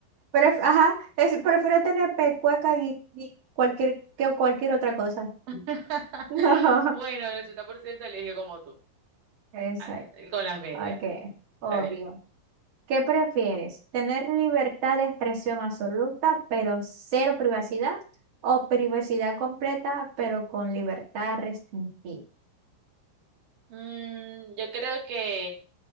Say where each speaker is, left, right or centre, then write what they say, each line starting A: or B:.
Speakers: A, on the right; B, on the right.
A: Pref- ajá, es- prefiero tener pecueca y, y cualquier, que cualquier otra cosa.
B: <laughs>
A: <laughs> No,
B: Bueno, el 80% eligió como tú,
A: exacto,
B: ah, con las medias.
A: ok, obvio.
B: Dale.
A: ¿Qué prefieres? ¿Tener libertad de expresión absoluta, pero cero privacidad? ¿O privacidad completa, pero con libertad restringida?
B: Mm, yo creo que,